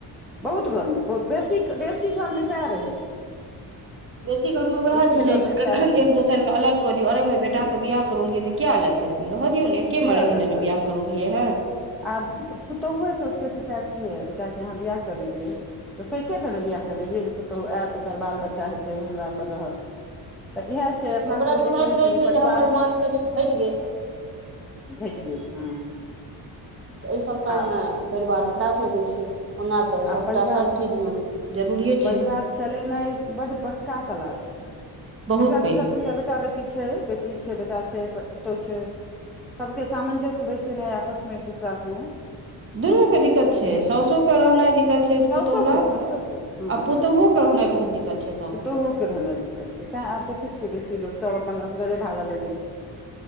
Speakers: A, in the centre; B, on the right.
A: बहुत घरमे बहुत बेसी बेसी घरमे साह रहै
B: बेसी घरमे उएह
A: बेसी
B: छलै
A: घरमे
B: जे कखन
A: सएह रहै
B: एक दोसरके अलग अरे भाय बेटााक के बियाह करौलियै तऽ किया अलग करबै रहऽ दियौ ने एके
A: किया
B: मे रहै
A: अलग
B: ले ने
A: करबै
B: बियाह करौलियै हेन
A: आ पुतोहुए से ओते शिकायत किया बेटा केँ अहाँ बियाह करेलियै तऽ सोचे ने बियाह जे जे पुतहु आयत ओकर बाल बच्चा हेतै हमरा पर रहत तऽ इएह छै अपना
B: ओकरा
A: सभमे
B: बुझाइत
A: जे कहै छै
B: रहै
A: जे परिवार
B: हमर मान कनि घटि गेल
A: भेट गेल हँ
B: तऽ एहि सभ कालमे
A: आ
B: परिवार खराब लगै छै ओना तऽ
A: आ
B: सभटा
A: परिवार
B: सभचीजमे जरूरिए
A: परिवार
B: छै
A: चलेनाइ बड बड़का कला छै
B: बहुत
A: जेकरा दूटा
B: पैघ
A: तीनटा बेटा बेटी छै बेटी छै बेटा छै पुतहु छै सबके सामंजस्य बैसेना है आपस में एक दूसरा सङ्गे
B: दुनू के दिक्कत छै सउसो
A: छै
B: के रहनाइ दिक्कत छै
A: साउसो
B: पुतौ लग
A: के साउसो
B: आ
A: के हँ हँ
B: पुतोहुओ के रहनाइ बहुत दिक्कत छै सउासु
A: पुतोहुओ
B: लग
A: के रहनाइ दिक्कत छै तैं आब देखै छियै बेसी लोको सब अपन असगरे भागय लगै छै